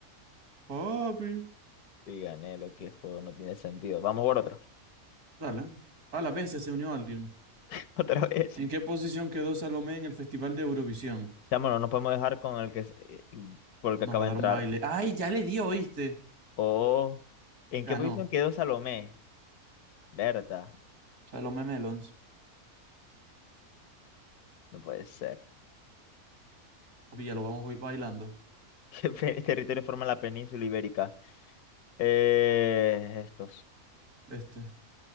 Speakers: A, on the right; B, on the left.
A: Papi.
B: Y gané lo que el juego no tiene sentido. Vamos por otro.
A: Dale. A la bestia se unió alguien.
B: <laughs> Otra vez.
A: ¿En qué posición quedó Salomé en el Festival de Eurovisión?
B: Chamo, no nos podemos dejar con el que es- eh, por el que acaba
A: Nos va a
B: de
A: dar
B: entrar.
A: un baile. ¡Ay, ya le dio, oíste!
B: Oh, ¿en
A: Ganó.
B: qué posición quedó Salomé? Berta.
A: Salomé Melons.
B: No puede ser.
A: Papi, ya lo vamos hoy bailando.
B: ¿Qué <laughs> pe- territorio forma la península ibérica? Eh, estos.
A: Este.